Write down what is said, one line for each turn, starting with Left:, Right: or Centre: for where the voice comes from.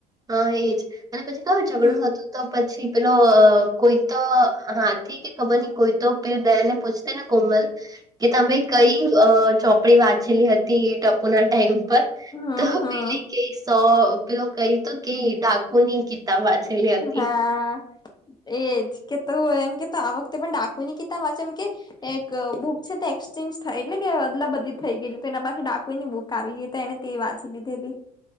Right: હા એજ અને પછી ખબર ઝઘડું
Left: હમ
Right: થતું તો પછી પેલો કોઈ તો હા કે ખબર નહી કોઈ તો પીર દયાને પૂછતે ને કોમલ કે તમે કઈ અ ચોપડી વાંચેલી હતી એ ટપુ ના ટાઈમ પર
Left: હમ
Right: તો
Left: હમ
Right: પેલી કેય તો પેલો કઈ તો કે ડાકુ ની કિતાબ વાંચેલી હતી.
Left: હા એજ કે તું હોય એમ કે આ વખતે પણ ડાકુું ની કિતાબ વાંચેલી એમ કે એક બુક છે તે એક્સચેન્જ થાય એટલે કે અદલા બધલી થઈ ગઈ એટલે તો એના પાસે ડાકુ ની બુક આવી ગેય તો એને તે વાંચી લીધેલી.